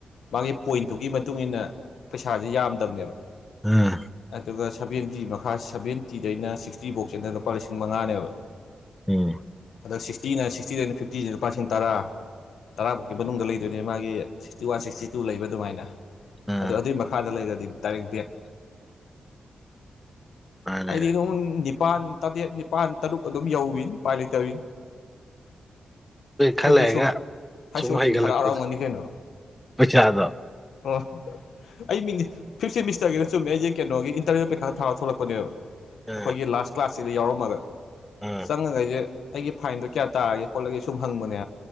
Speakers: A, on the left; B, in the centre.
A: ꯃꯥꯒꯤ ꯄꯣꯏꯟꯠꯇꯨꯒꯤ ꯃꯇꯨꯡ ꯏꯟꯅ ꯄꯩꯁꯥꯁꯦ ꯌꯥꯝꯗꯕꯅꯦꯕ
B: ꯎꯝ
A: ꯑꯗꯨꯒ ꯁꯚꯦꯟꯇꯤ ꯃꯈꯥ ꯁꯚꯦꯟꯇꯤꯗꯩꯅ ꯁꯤꯛꯁꯇꯤ ꯕꯣꯛꯁꯤꯅ ꯂꯨꯄꯥ ꯂꯤꯁꯤꯡ ꯃꯉꯥꯅꯦꯕ
B: ꯎꯝ
A: ꯑꯗꯣ ꯁꯤꯛꯁꯇꯤꯅ ꯁꯤꯛꯁꯇꯤꯗꯩꯅ ꯐꯤꯞꯇꯤꯖꯤꯅ ꯂꯨꯄꯥ ꯂꯤꯁꯤꯡ ꯇꯔꯥ ꯇꯔꯥ ꯐꯥꯎꯛꯀꯤ ꯃꯅꯨꯡꯗ ꯂꯩꯗꯣꯏꯅꯦ ꯃꯥꯒꯤ ꯁꯤꯛꯁꯇꯤ ꯋꯥꯟ ꯁꯤꯛꯁꯇꯤ ꯇꯨ ꯂꯩꯕ ꯑꯗꯨꯃꯥꯏꯅ
B: ꯑꯥ
A: ꯑꯗꯨ ꯑꯗꯨꯏ ꯃꯈꯥꯗ ꯂꯩꯔꯒꯗꯤ ꯗꯥꯢꯔꯦꯛ ꯕꯦꯛ
B: ꯃꯥꯅꯦ
A: ꯑꯩꯗꯤ ꯑꯗꯨꯝ ꯅꯤꯄꯥꯜ ꯇꯔꯦꯠ ꯅꯤꯄꯥꯜ ꯇꯔꯨꯛ ꯑꯗꯨꯝ ꯌꯧꯏ ꯎꯄꯥꯥꯏ ꯂꯩꯇꯕꯤꯅꯤ ꯑꯩꯈꯣꯏ
B: ꯈꯔ ꯂꯩꯔꯒ
A: ꯍꯩꯁ
B: ꯁꯨꯝ
A: ꯑꯣ
B: ꯍꯩꯒꯠꯂꯛꯄꯗꯣ
A: ꯗꯤꯗꯤ ꯍꯔꯥꯎ ꯍꯔꯥꯎꯔꯝꯒꯅꯤ ꯀꯩꯅꯣ
B: ꯄꯩꯁꯥꯗꯣ
A: ꯑꯣ ꯑꯩ ꯃꯤꯡꯁꯦ ꯐꯤꯞ ꯁꯦꯃꯤꯁ ꯆꯨꯝꯃꯦ ꯑꯩꯁꯦ ꯀꯩꯅꯣꯒꯤ ꯏꯟꯇꯔꯅꯦꯜ ꯄꯩꯈꯥ ꯊꯥꯔ ꯊꯣꯛꯂꯛꯄꯅꯦꯕ
B: ꯑꯥ
A: ꯑꯩꯈꯣꯏꯒꯤ ꯂꯥꯁ ꯀ꯭ꯂꯥꯁꯁꯤꯗ ꯌꯥꯎꯔꯝꯃꯒ
B: ꯑꯥ
A: ꯆꯪꯉꯒ ꯑꯩꯁꯦ ꯑꯩꯒꯤ ꯐꯥꯏꯟꯗꯣ ꯀꯌꯥ ꯇꯥꯒꯦ ꯈꯣꯠꯂꯒꯦ ꯁꯨꯝ ꯍꯪꯕꯅꯦ